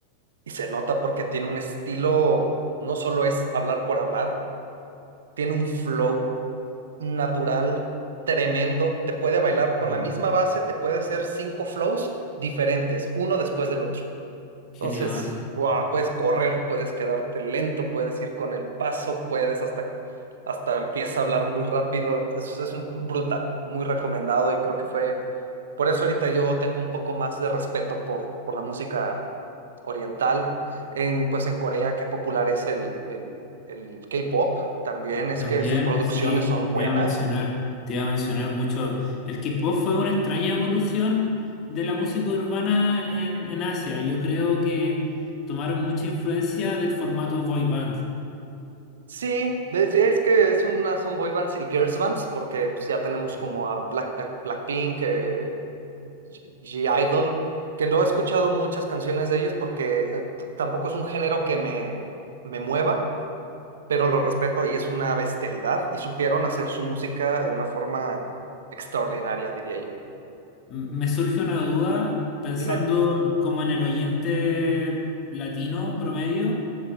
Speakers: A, on the right; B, on the left.
A: y se nota porque tiene un estilo, no solo es hablar por hablar, tiene un flow natural, tremendo. Te puede bailar con
B: Mm,
A: la misma base, te puede hacer cinco flows diferentes, uno después del otro.
B: Genial.
A: Entonces, ¡guau! puedes correr, puedes quedarte lento, puedes ir con el paso, puedes hasta, hasta empieza a hablar muy rápido. Eso es un- brutal, muy recomendado y creo que fue por eso ahorita yo tengo un poco más de respeto por, por la música oriental. En, pues en Corea, qué popular es el, el, el K-pop. También es
B: También,
A: que sus producciones
B: sí,
A: son buenas.
B: te iba a mencionar, te iba a mencionar mucho. El K-pop fue una extraña evolución de la música urbana en, en Asia. Yo creo que tomaron mucha influencia del formato boy band.
A: Sí, es, es que es una son boy bands y girls bands, porque pues, ya tenemos
B: Sí.
A: como a Black, eh, Blackpink, eh, G- G-Idol, que no he escuchado muchas canciones de ellos porque eh, t- tampoco es un género que me, me mueva, pero lo respeto y es una bestialidad y supieron hacer su música de una forma extraordinaria, diría yo.
B: M- Me surge una duda pensando
A: Dime,
B: como en el oyente latino promedio.